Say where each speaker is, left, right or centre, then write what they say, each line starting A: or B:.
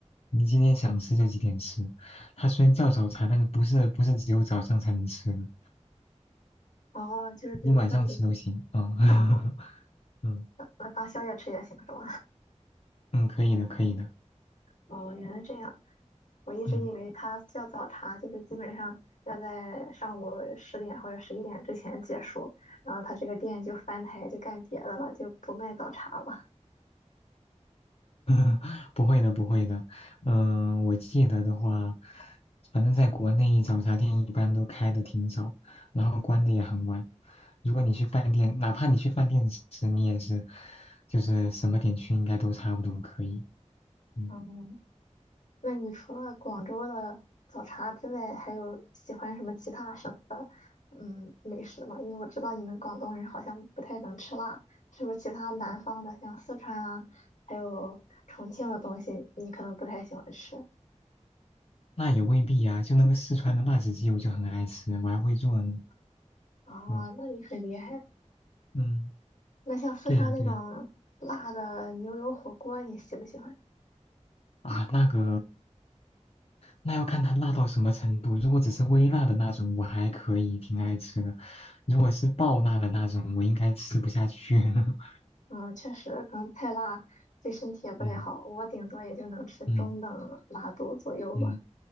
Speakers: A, on the left; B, on the left.
A: 你今天想吃就几点吃。它虽然叫早茶，但是不是不是只有早上才能吃的，
B: 哦，就是比如说你
A: 你晚上吃都行。嗯
B: 啊，
A: <laughs> 嗯。
B: 呃当宵夜吃也行是吗？
A: 嗯，可以的，可以的，
B: 哦，原来这样，我一直以为它叫早茶，
A: 嗯，
B: 就是基本上要在上午十点或者十一点之前结束，然后它这个店就翻台就干别的了，就不卖早茶了。
A: <laughs> 不会的，不会的，嗯、我记得的话，反正在国内早茶店一般都开的挺早，然后关的也很晚。如果你去饭店，哪怕你去饭店吃，你也是，就是什么点去应该都差不多可以。嗯，
B: 嗯。那你除了广州的早茶之外，还有喜欢什么其他省的嗯美食吗？因为我知道你们广东人好像不太能吃辣，是不是其他南方的像四川啊，还有重庆的东西，你可能不太喜欢吃
A: 那也未必呀、就那个四川的辣子鸡，我就很爱吃，我还会做呢。
B: 啊？
A: 嗯
B: 那你很厉害。
A: 嗯，
B: 那像四川那种辣的牛油火锅，
A: 对呀、对呀、
B: 你喜不喜欢？
A: 啊，那个。那要看它辣到什么程度。如果只是微辣的那种，我还可以，挺爱吃的。如果是爆辣的那种，我应该吃不下去。<laughs>
B: 嗯，确实可能太辣对身体也不太好，
A: 嗯
B: 我顶多也就能吃中等辣度左右吧。
A: 嗯嗯，